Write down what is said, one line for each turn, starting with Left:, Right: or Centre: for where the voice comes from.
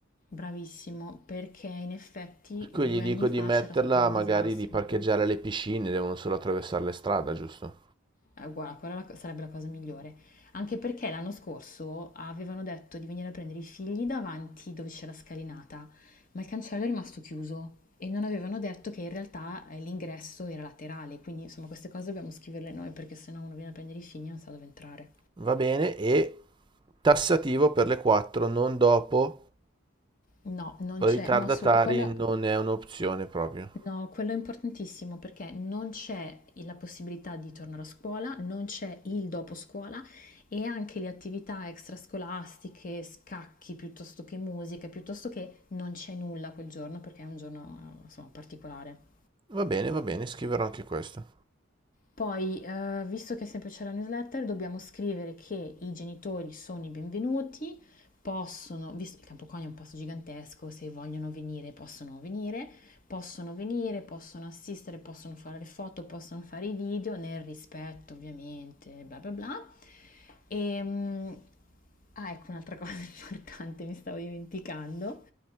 Left: Bravissimo, perché in effetti
Right: Per cui
Left: due
Right: gli dico
Left: anni
Right: di
Left: fa
Right: metterla,
Left: c'era stato un
Right: magari
Left: disastro
Right: di parcheggiare
Left: per quello.
Right: alle piscine, devono solo attraversare le strade, giusto?
Left: Eh, guarda, quella la- sarebbe la cosa migliore. Anche perché l'anno scorso avevano detto di venire a prendere i figli davanti dove c'è la scalinata, ma il cancello è rimasto chiuso e non avevano detto che in realtà eh, l'ingresso era laterale, quindi insomma queste cose dobbiamo scriverle noi perché sennò uno viene a prendere i figli e non sa dove entrare.
Right: Va bene, e tassativo per le 4, non dopo,
Left: No, non
Right: ritardatari
Left: c'è, no, assolut- quella
Right: non è un'opzione proprio.
Left: No, quello è importantissimo perché non c'è la possibilità di tornare a scuola, non c'è il dopo scuola e anche le attività extrascolastiche, scacchi piuttosto che musica, piuttosto che non c'è nulla quel giorno perché è un giorno, eh, insomma, particolare.
Right: Va bene, va bene, scriverò anche questo.
Left: Poi, eh, visto che è sempre c'è la newsletter, dobbiamo scrivere che i genitori sono i benvenuti, possono, visto il Campocognio è un posto gigantesco, se vogliono venire possono venire, possono venire, possono assistere, possono fare le foto, possono fare i video, nel rispetto ovviamente, bla bla bla. E, mm, ah, ecco un'altra <laughs> cosa importante, mi stavo dimenticando.